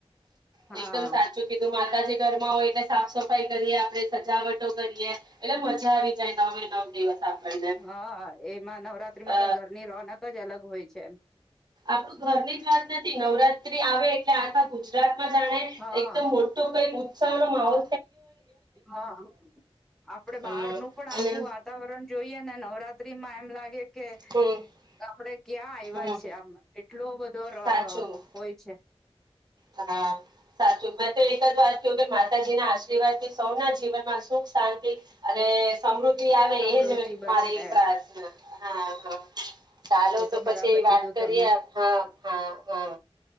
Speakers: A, in the centre; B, on the right.
A: હા
B: એકદમ સાચું કીધું માતાજી ઘરમાં હોય એટલે સાફ સફાઈ કરી આપ આપડે સજાવટો કરીએ એટલે મજા આવી જાય નવે નવ દિવસ આપણને
A: હા એમાં નવરાત્રીમાં
B: અ
A: તો ઘરની રોનક જ અલગ હોય છે મ
B: આપડું ઘરની જ વાત નથી નવરાત્રી આવે એટલે આખા ગુજરાત માં જાણે
A: હા
B: એકદમ મોટો કઈક સા નો માહો
A: હા આપડે
B: હમ
A: બહારનું પણ
B: અને
A: આખું વાતાવરણ જોઈએ ને નવરા ત્રી માં એમ લાગે કે
B: હમ
A: આપણે ક્યાં એવા
B: હમ
A: છે આમાં એટલો દોર
B: સાચું
A: હોય છે.
B: હા સાચું મેં તો એક જ વાત ક કે માતાજીના આશીર્વાદ થી સૌના જીવન માં સુખ શાંતિ અને સમૃ દ્ધિ આવે
A: સમૃદ્ધિ
B: એ જ
A: બની
B: મારી
A: રહે
B: પ્રારથના હા હા ચાલો
A: એ
B: તો
A: બરાબર
B: પછી વાત
A: કીધું
B: કરીએ
A: તમે
B: હા હા હા